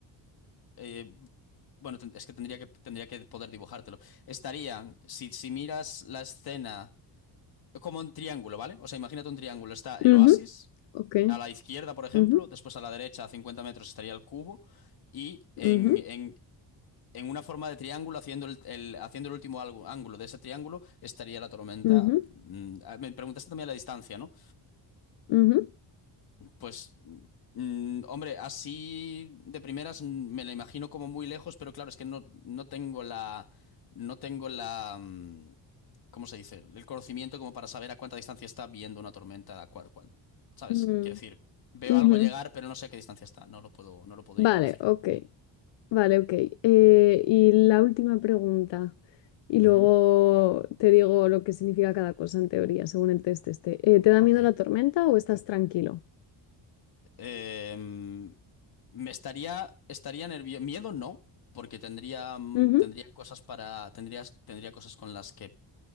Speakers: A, on the left (about 50°); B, on the left (about 70°).
A: eh, bueno, ten- es que tendría que tendría que poder dibujártelo. Estarían, si, si miras la escena como un triángulo, ¿vale? O sea, imagínate un triángulo. Está el
B: Ujú,
A: oasis,
B: Ok.
A: a la izquierda, por ejemplo,
B: ujú,
A: después a la derecha, a 50 metros, estaría el cubo, y en,
B: ujú,
A: en- en una forma de triángulo, haciendo el, el- haciendo el último algo- ángulo de ese triángulo, estaría la tormenta.
B: ujú,
A: Mm, ah, Me preguntaste también la distancia, ¿no?
B: ujú,
A: Pues, mm, hombre, así de primeras mm, me la imagino como muy lejos, pero claro, es que no, no tengo la, no tengo la, mm, ¿cómo se dice? El conocimiento como para saber a cuánta distancia está viendo una tormenta, a cuál- cuán- ¿sabes?
B: ujú,
A: Quiero decir, veo
B: ujú.
A: algo llegar, pero no sé a qué distancia está, no lo puedo, no lo podría
B: Vale,
A: decir.
B: ok, vale, ok. Eh, y la última pregunta, y
A: Ujú.
B: luego te digo lo que significa cada cosa en teoría, según el test este. Eh, ¿te da
A: Ok.
B: miedo la tormenta o estás tranquilo?
A: Em, me estaría, estaría nervioso. Miedo no, porque tendría, mm,
B: Ujú.
A: tendría cosas para, tendrías, tendría cosas con las que